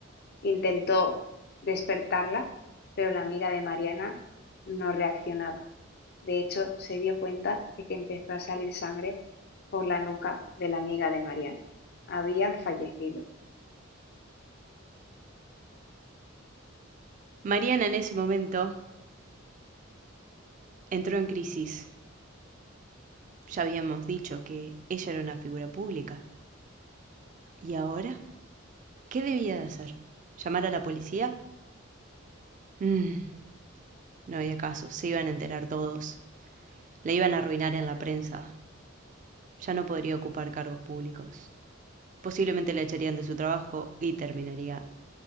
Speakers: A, on the left (about 50°); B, on the right (about 35°).
A: Intentó despertarla, pero la amiga de Mariana no reaccionaba. De hecho, se dio cuenta de que empezó a salir sangre por la nuca de la amiga de Mariana. Había fallecido.
B: Mariana en ese momento entró en crisis. Ya habíamos dicho que ella era una figura pública. ¿Y ahora? ¿Qué debía de hacer? ¿Llamar a la policía? Mm, no había caso, se iban a enterar todos. La iban a arruinar en la prensa. Ya no podría ocupar cargos públicos. Posiblemente la echarían de su trabajo y terminaría